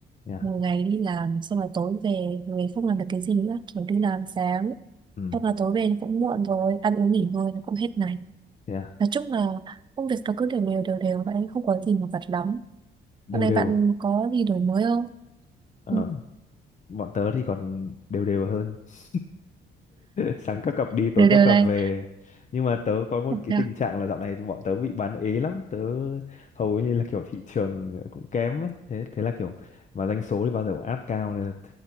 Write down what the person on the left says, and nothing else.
Yeah.
Ừ.
Yeah.
Đều
đều.
Ờ.
bọn tớ thì còn đều đều hơn <laughs> sáng các cặp đi tối
các
cặp
về nhưng mà tớ có một
cái
tình trạng là dạo này bọn tớ bị bán ế lắm tớ hầu như là kiểu thị trường cũng kém ấy. thế thế là kiểu mà doanh số thì bao giờ cũng áp cao nên là,